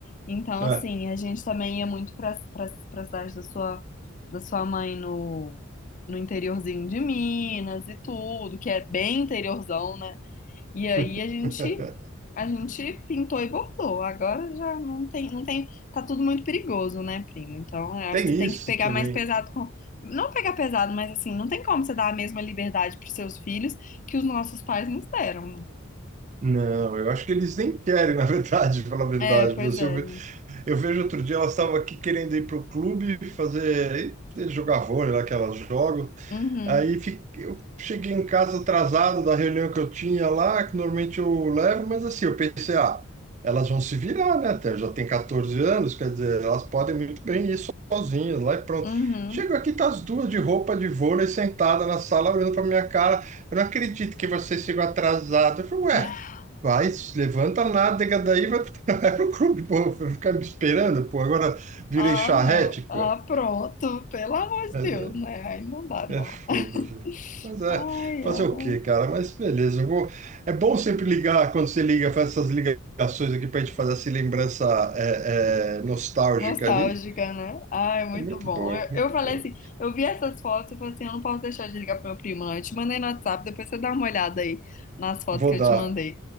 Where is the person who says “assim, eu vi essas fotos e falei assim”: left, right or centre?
Left